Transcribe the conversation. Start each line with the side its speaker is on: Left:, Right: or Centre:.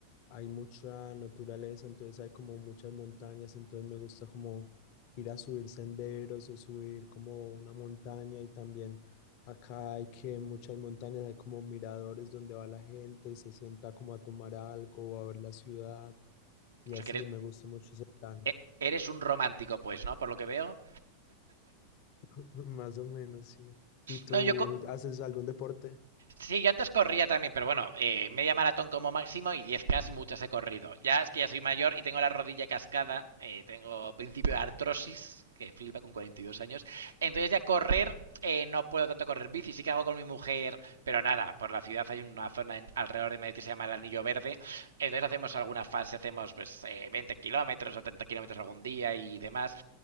Left: hay mucha naturaleza, entonces hay como muchas montañas, entonces me gusta como ir a subir senderos o subir como una montaña y también acá hay que en muchas montañas hay como miradores donde va la gente y se sienta como a tomar algo o a ver la ciudad y
Right: O
Left: así
Right: sea, que eres,
Left: me gusta mucho ese plan,
Right: e- eres un romántico, pues, ¿no? Por lo que veo.
Left: <laughs> más o menos, sí. ¿Y tú
Right: No, yo co-
Left: haces algún deporte?
Right: Sí, yo antes corría también, pero bueno, eh, media maratón como máximo y diez k muchas he corrido. Ya es que ya soy mayor y tengo la rodilla cascada, eh, tengo principio de artrosis, que flipa con 42 años. Entonces ya correr, eh, no puedo tanto correr bici, sí que hago con mi mujer, pero nada, por la ciudad hay una zona en- alrededor de Madrid que se llama el Anillo Verde, entonces hacemos alguna fase, hacemos pues eh, 20 kilómetros o 30 kilómetros algún día y demás.